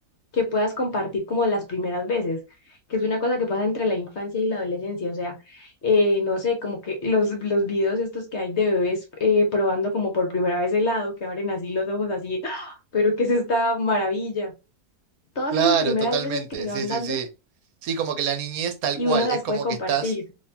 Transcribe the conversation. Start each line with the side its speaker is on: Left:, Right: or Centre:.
Left: que puedas compartir como las primeras veces, que es una cosa que pasa entre la infancia y la adolescencia. O sea, eh, no sé, como que los, los videos estos que hay de bebés eh, probando como por primera vez helado, que abren así los ojos así, ¡ah! pero ¿qué es esta maravilla? Todas
Right: claro,
Left: esas primeras
Right: totalmente.
Left: veces que se
Right: Sí,
Left: van
Right: sí,
Left: dando
Right: sí. Sí, como que la niñez tal
Left: y
Right: cual,
Left: uno las
Right: es como
Left: puede compartir.
Right: que estás...